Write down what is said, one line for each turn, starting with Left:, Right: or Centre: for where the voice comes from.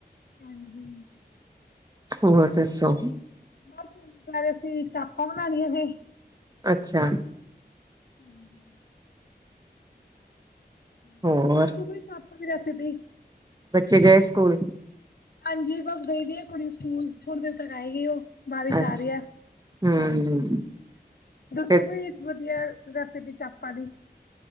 Left: ਹਾਂਜੀ
Right: ਹੋਰ
Left: ਅੱਛਾ
Right: ਦੱਸੋ?
Left: ਬਸ ਹੁਣ <unintelligible> ਤੇ ਚਾਪਾਂ ਬਣਾਉਣੀਆਂ ਸੀ
Right: ਅੱਛਾ
Left: <unintelligible> <inaudible>
Right: ਹੋਰ ਚੱਲੇ ਸਕੂਲ
Left: ਹਾਂਜੀ ਬਸ ਗਈਦੀ ਆ ਕੁੜੀ ਸਕੂਲ ਥੋੜੀ ਦੇਰ ਤੱਕ ਆਏਗੀ ਉਹ ਬਾਰਿਸ਼
Right: ਅੱਛਾ
Left: ਆ ਰਹੀ ਹੈ
Right: ਹੂੰ
Left: ਹਾਂਜੀ ਦੱਸੋ
Right: ਤੇ
Left: ਕੋ ਵਧੀਆ ਰੈਸਿਪੇ ਚੰਪਾ ਦੀ